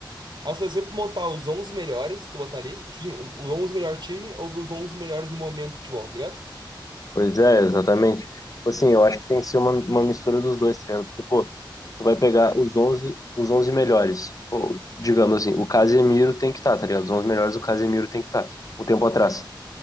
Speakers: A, on the right; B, on the left.
A: A seleção é pra montar os 11 melhores, tu botar ali, tipo assim, um- os 11 melhores time ou os 11 melhores no momento do futebol, tá ligado?
B: Pois é, exatamente. Tipo assim, eu acho que tem que ser uma, uma mistura dos dois, tá ligado? Porque, pô, tu vai pegar os onze os onze melhores. Pô, digamos assim, o Casemiro tem que estar, tá, tá ligado? Os 11 melhores, o Casemiro tem que estar. Tá, Um tempo atrás.
A: Sim.